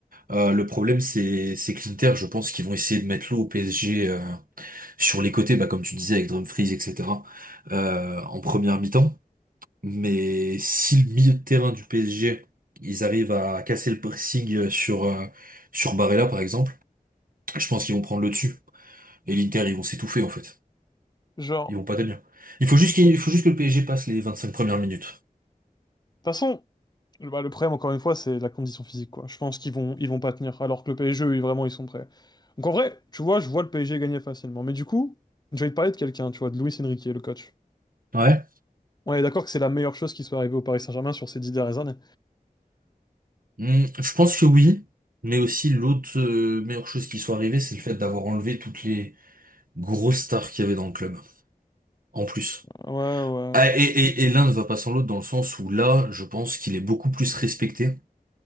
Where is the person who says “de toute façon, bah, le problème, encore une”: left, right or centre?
Left